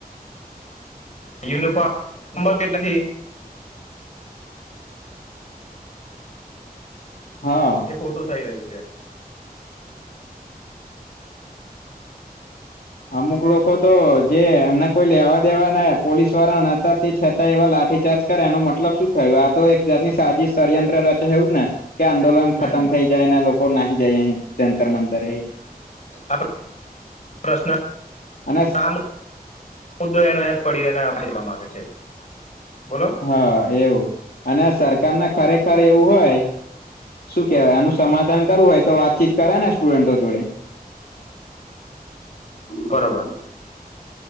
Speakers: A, on the left; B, on the left.
A: યુનિફોર્મ ઉબર પેટ નથી.
B: હા
A: એ ખોટું થઈ રહ્યું છે.
B: અમુક લોકો તો જે એમને કોઈ લેવા દેવા ના પોલીસ વાળા ને હતા તે છત તા એવા લાઠીચાર્જ કરે એનો મતલબ શું થયું? આ તો એક જાતની સાચી ષડયંત્ર રચે એવું જ ને? કે આંદોલન ખતમ
A: હમ
B: થઈ જાય ને લોકો નાહી જાય અહી જંતર મંતરે.
A: આપ પ્રશ્ન
B: અને
A: આ મુદ્દો એનો યાદ પડીને આપણે જ કામ આવે છે બોલો.
B: હા એવું અને સરકારને ખરેખર એવું હોય શું કેહેવાય આનું સમાધાન કરવું હોય તો વાતચીત કરે ને સ્ટુડન્ટો જોડે.
A: બરોબર.